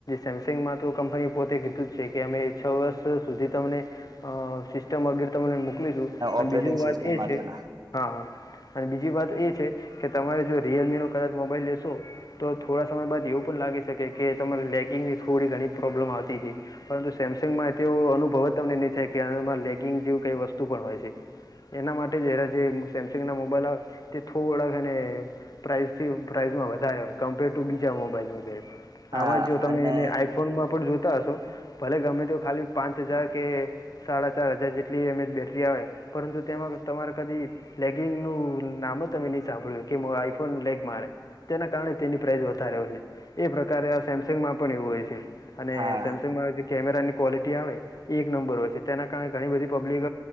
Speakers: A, on the left; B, on the right.
A: સેમસંગમાં તો કંપનીએ પોતે કીધું જ છે કે અમે છ વર્ષ સુધી તમને અ સિસ્ટમ અપડેટ તમને મોકલીશું અને
B: ઓપરેટિંગ
A: બીજું વાત
B: સિસ્ટમ
A: એ
B: માટેના
A: છે હા હા. અને બીજી વાત એ છે કે, તમારે જો રિયલમી નો કદાચ મોબાઈલ લેશો. તો થોડા સમય બાદ એવું પણ લાગી શકે કે તમારે લેગિંગની થોડી ઘણી પ્રોબ્લેમ આવતી હશે. પરંતુ સેમસંગમાં તેવ અનુભવ જ તમને નહી થાય કેમાં લેગિંગ જેવી કઈ વસ્તુ પણ હોય છે. એના માટે એરા જે સેમસંગ ના મોબાઈલ આવે તે થોડાક એને પ્રિસિજે વધારેય કમ્પેર ટુ બીજા મોબાઈલ વગેરે,
B: હા
A: આમાં જો તમે
B: અને
A: ફોનમાં પન જોતા હશો ભલે ગમે તેું ખાલી પાંચ હજાર કે સાડા ચાર હજાર જેટલી એમ એજ બેટરી આવે, પરંતુ તેમાં તમારે કદી લેગિંગ નું નામ જ તમે નહી સાંભળ્યું કે આઈફોન લેગ મારે. તેના કારણે તેની પ્રાઇસ વધારે હોય છે, એ પ્રકારે આ સેમસંગમાં પણ એવું હોય છે. અને
B: હા
A: સેમસંગમાં જે કેમેરાની ક્વોલિટી આવે એ એક નંબર હોય છે, તેના કારણે ઘણી બધી પબ્લિક